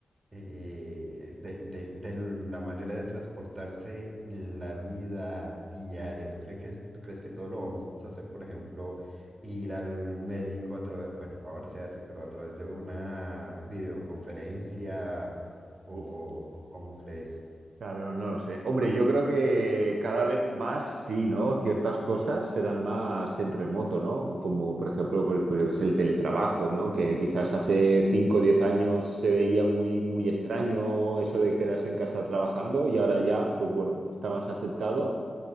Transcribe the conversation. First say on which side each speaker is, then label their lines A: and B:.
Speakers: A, on the right (about 35°); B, on the right (about 85°).
A: eh, de, de- de la manera de transportarse la vida diaria. ¿Tú crees que, tú crees que todo lo vamos a hacer, por ejemplo, ir al médico a través, bueno, ahora se hace, pero a través de una videoconferencia o,
B: Uf.
A: o cómo crees?
B: Claro, no lo sé. Hombre, yo creo que cada vez más sí, ¿no? Ciertas cosas se dan más en remoto, ¿no? Como por ejemplo, pues, pues yo qué sé, el teletrabajo, ¿no? Que quizás hace 5 o 10 años se veía muy, muy extraño eso de quedarse en casa trabajando y ahora ya, pues bueno, está más aceptado.